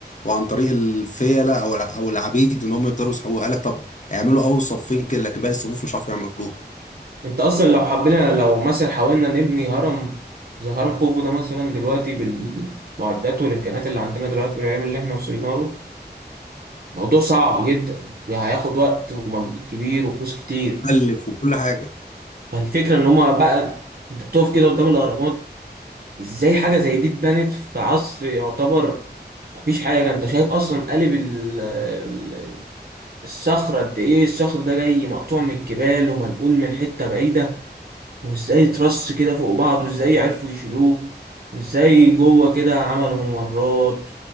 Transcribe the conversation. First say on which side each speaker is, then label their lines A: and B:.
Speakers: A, on the left; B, on the right.
A: وعن طريق الفيله او الع... او العبيد ان هم يقدروا يسحبوها قال لك طب اعملوا اول صفين كده لكن باقي الصفوف مش عارفين يعملوها
B: انت اصلا لو حبينا لو مثلا حاولنا نبني هرم زي هرم خوفو ده مثلا دلوقتي بالمعدات والامكانيات اللي عندنا دلوقتي والعلم اللي احنا وصلنا له موضوع صعب جدا هياخد وقت ومجهود كبير وفلوس كتير
A: مكلف وكل حاجه
B: فالفكره ان هما بقى انت بتقف كده قدام الاهرامات ازاي حاجه زي دي اتبنت في عصر يعتبر مفيش حاجه انت شايف اصلا قالب ال- ال- الصخره قد ايه الصخر ده جاي مقطوع من الجبال ومنقول من حته بعيده وازاي ترص كده فوق بعض وازاي عرفوا يشيلوه وازاي جوه كده عملوا ممرات